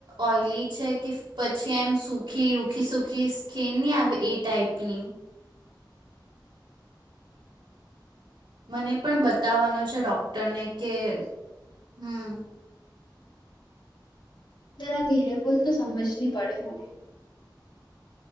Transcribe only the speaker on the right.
ઓઈલી છે કે પછી એમ સુખી રૂખી સુખી સ્કીન નહી આવે એ ટાઈપની. મને પણ બતાવવાનો છે ડોક તને કે હમ્.